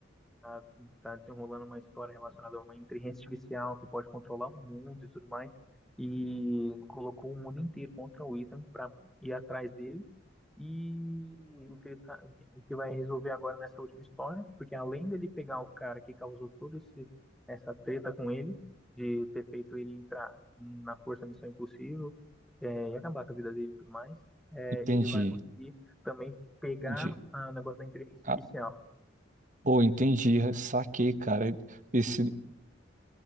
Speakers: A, in the centre; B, on the right.
A: tá, tá desenrolando uma história relacionada a uma inteligência artificial que pode controlar o mundo e tudo mais, e colocou o mundo inteiro contra o Ethan para ir atrás dele. E o que, ele tá- o que vai resolver agora nessa última história, porque além dele pegar o cara que causou toda esse, essa treta com ele, de ter feito ele entrar na Força Missão Impossível, é, e acabar com a vida dele e tudo mais, é,
B: Entendi.
A: ele vai conseguir também pegar
B: Entendi.
A: o negócio da inteligência
B: Cara,
A: artificial.
B: pô, entendi. Saquei, cara. Esse,